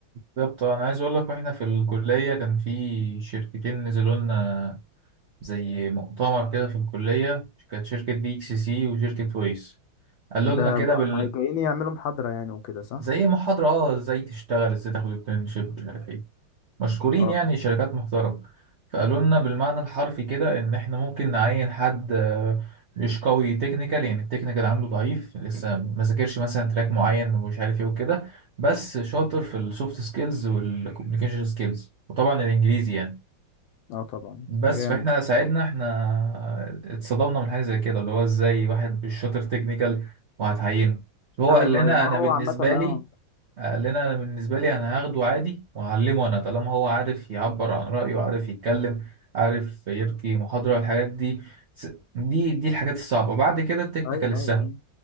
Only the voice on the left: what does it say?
امم
ده
م-
جايين يعملوا محاضرة يعني وكده صح
اه
اه طبعا
جامد
ايوه
ايوه ما
هو
عامة اه
ايوه
ايوه